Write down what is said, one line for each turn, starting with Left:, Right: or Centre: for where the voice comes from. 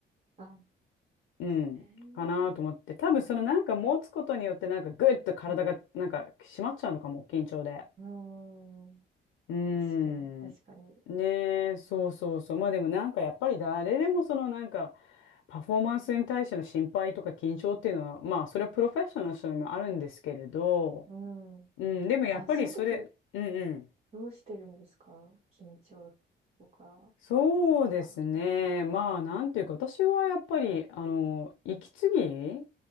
Right: あ、
Left: うん。
Right: へえ、
Left: かなと思って。多分そのなんか持つことによってなんかグッと体がなんか締まっちゃうのかも。
Right: うん。
Left: 緊張で。
Right: うーん。
Left: うーん。
Right: 確かに、確かに。
Left: ねえ、そうそうそう。まあでもなんかやっぱり誰でもそのなんかパフォーマンスに対しての心配とか緊張っていうのは、まあそれはプロフェッショナルの人にもあるんですけれど、
Right: うん。
Left: うん、でもやっぱりそれ、
Right: あ、そういう時、
Left: うんうん。
Right: どうしてるんですか緊張とか。
Left: そうですね。
Right: あ、
Left: まあなんていうか私はやっぱり、あの、息継ぎ